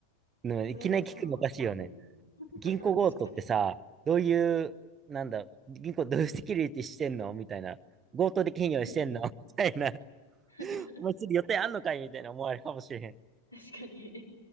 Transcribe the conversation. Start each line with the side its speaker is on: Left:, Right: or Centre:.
Right: う。でもいきなり聞くのおかしいよね。
Left: それがさ、うん。<laughs>
Right: 銀行強盗ってさ、
Left: 確かに。
Right: どういう、なんだ、銀行どういうセキュリティしてんのみたいな。強盗で企業してんの
Left: うん
Right: <laughs> みたいな。
Left: <laughs>
Right: <laughs> お前次予定あんのかいみたいな思われるかもしれへん。
Left: 確かに